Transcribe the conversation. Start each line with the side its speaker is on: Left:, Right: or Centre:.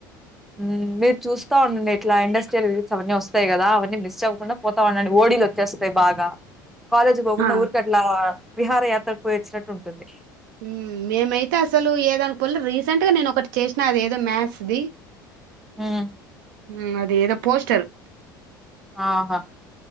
Centre: హు మీరు చూస్తా ఉండండి ఇట్లా ఇండస్ట్రియల్ రీల్స్ అవన్నీ వస్తాయి కదా అవన్నీ మిస్ట్ అవ్వకుండా పోతా ఉండండి ఓడీలు వచ్చేస్తాయి బాగా కాలేజ్ పోకుండా
Right: ఆ!
Centre: ఊరికట్లా విహార యాత్రకు పోయి వచ్చినట్టు ఉంటుంది
Right: హు మేమైతే అసలు ఏదానిపోలె రీసెంట్ గా నేను ఒకటి చేసిన అది ఏదో మ్యాథ్స్ది
Centre: హ్మ్
Right: హు అది ఏదో పోస్టర్
Centre: ఆహా